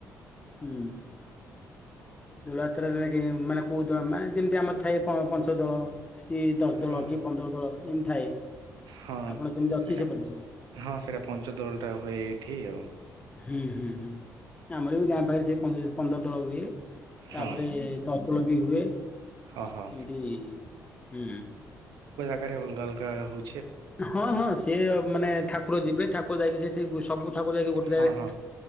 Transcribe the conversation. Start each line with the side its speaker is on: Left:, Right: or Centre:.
Left: ହୁଁ ଦୋଳାତ୍ରା ମାନେ କୋହୁ ମାନେ ଯେମିତି ଆମର ଥାଏ ପାଞ୍ଚ ଦଳ କି ଦଶ ଦଳ
Right: ହଁ
Left: କି ପନ୍ଦର ଦଳ ଏମିତି ଥାଏ
Right: ହଁ
Left: ଆପଣ ସେମିତି
Right: ସେଟା
Left: ଅଛି ସେପଟେ ସବୁ?
Right: ହଁ ସେଟା ପଞ୍ଚଦୋଳ ଟା ହୁଏ ଏଇଠି ଆଉ
Left: ହୁଁ ହୁଁ ହୁଁ ଆମର ଏ ବି ଗାଁ ପାଖରେ ସେ ପନ୍ଦର ଦଳ ହୁଏ
Right: ହଁ
Left: ତାପରେ ଦଶଳ ବି ହୁଏ ଏମତି
Right: ହଁ ହଁ
Left: ହୁଁ
Right: ଅଲଗାଲଗା ହଉ
Left: ହଁ ହଁ ସିଏ ମାନେ ଠାକୁର ଯିବେ ଠାକୁର ଯାଇକି ସେ ସେ ସବୁ ଠାକୁର ଯାଇକି ଗୋଟେ ଜାଗାରେ
Right: ହଁ ହଁ